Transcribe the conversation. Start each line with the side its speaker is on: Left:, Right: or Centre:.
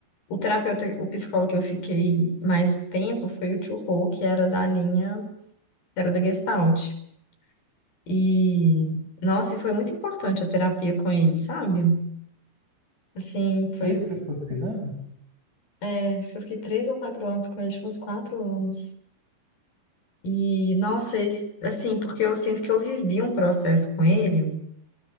Left: o terapeuta, o psicólogo que eu fiquei mais tempo foi o Tio Rô, que era da linha, era da Gestalt. E, nossa, e foi muito importante a terapia com ele, sabe? Assim, foi,
Right: Foi isso que você ficou três anos?
Left: é, acho que eu fiquei três ou quatro anos com ele, acho que uns quatro anos. E, nossa,
Right: Cara,
Left: ele, assim, porque eu sinto que eu vivi um processo com ele,